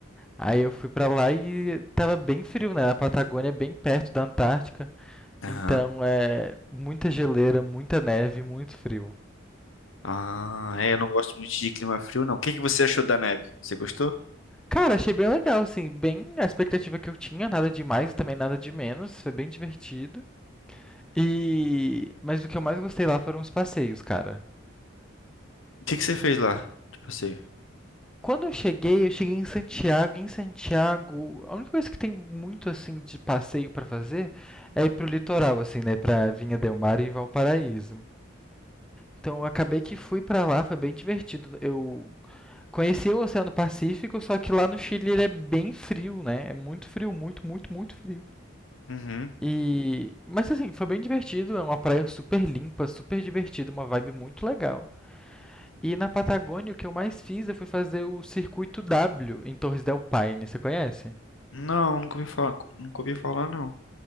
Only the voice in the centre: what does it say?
Aí eu fui pra lá e tava bem frio, né? A Patagônia é bem perto da Antártica.
Então é muita geleira, muita neve, muito frio.
Cara, achei bem legal, assim, bem a expectativa que eu tinha, nada de mais e também nada de menos. Foi bem divertido. E. Mas o que eu mais gostei lá foram os passeios, cara.
Quando eu cheguei, eu cheguei em Santiago. Em Santiago, a única coisa que tem muito assim de passeio para fazer é ir pro litoral, assim, né, para Vinha del Mar e Valparaíso. Então, eu acabei que fui para lá, foi bem divertido. Eu conheci o Oceano Pacífico, só que lá no Chile ele é bem frio, né? É muito frio, muito, muito, muito frio.
E, mas assim, foi bem divertido, é uma praia super limpa, super divertida, uma vibe muito legal. E na Patagônia, o que eu mais fiz eu fui fazer o circuito W em Torres del Paine, você conhece?